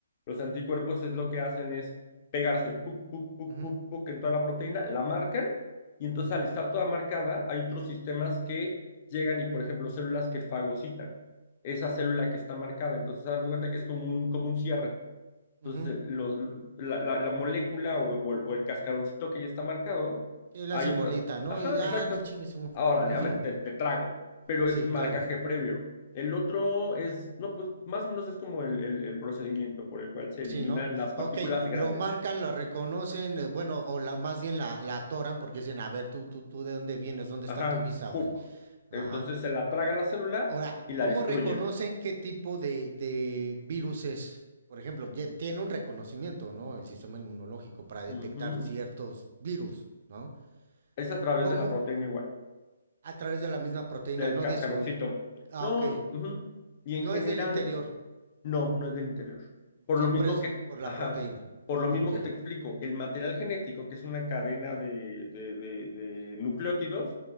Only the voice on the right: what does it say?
ujú,
ujú,
ujú.
ujú.
Sí, la
hacen
bolita, ¿no?
Y ah,
chingue su-
<laughs>
Sí,
claro.
Sí, ¿no?
Ok,
lo marcan, lo reconocen, eh, bueno, o la, más bien la, la atoran porque dicen, a ver, tú, tú, tú, ¿de dónde vienes? ¿Dónde
está tu visa, güey?
Ajá.
Ahora,
¿cómo
reconocen qué tipo de, de virus es? Por ejemplo, ye- tiene un reconocimiento, ¿no? El sistema inmunológico para detectar
ciertos virus, ¿no?
¿Cómo?
A través de la misma proteína,
no
de su... Ah,
ok.
No
es del interior,
siempre
es
por la
proteína.
Ah,
ok.